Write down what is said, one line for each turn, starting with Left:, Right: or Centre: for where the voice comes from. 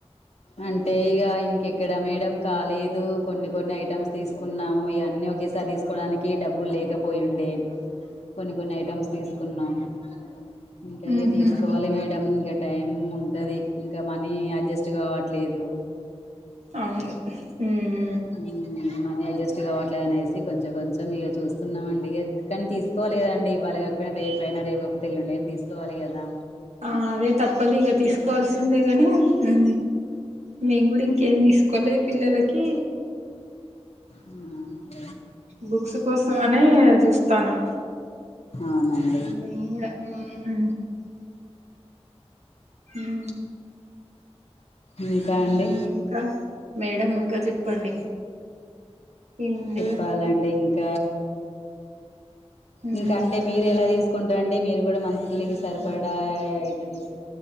Left: అంటే ఇగ ఇంకెక్కడ మేడం కాలేదు కొన్ని కొన్ని ఐటమ్స్ దీస్కున్నాము ఇగ అన్నీ ఒగే త దీస్కోడానికి డబ్బుల్ లేకపోయుండే కొన్ని కొన్ని ఐటమ్స్ తీస్కున్నాము ఇంకా ఇగ
Right: మ్హూ,
Left: తీస్కోవాలి మేడం ఇంగ టైం ఉంటది ఇంకా మనీ అడ్జస్ట్ గావ ట్లేదు
Right: అవును ఊ ఊ
Left: ఊ మనీ అడ్జెస్ట్ గావట్లదనేసి కొంచెం కొంచెం ఇగ చూస్తున్నాం అండి ఇగ కాన్ తీస్కోవాలి గదండి ఇవ్వాళ గాకపోయ్నా రేపైనా రేప్ గాక పోతె ఎల్లుండైన దీస్కోవాలి గదా
Right: ఆ అదే తప్పదిగ తీస్కోవాల్సిందే గని ఉహు మేమ్ గుడ ఇంకేం దీస్కోలే పిల్లలకి
Left: ఉనా
Right: బుక్స్ కోసమనే జూస్తాన్నం
Left: అవ్నన్
Right: మేమ్ గుడ ఊ ఊ హూ
Left: ఇంకా అండి
Right: ఇంక మేడం ఇంకా చెప్పండి ఏం
Left: చెప్పాలండి
Right: లే
Left: ఇంక
Right: ఉమ్
Left: ఇంక అంటే మీరు ఎలా తీస్ స్కుంట అంటే మీరు కూడ మంత్లికి సరిపడా ఐటమ్స్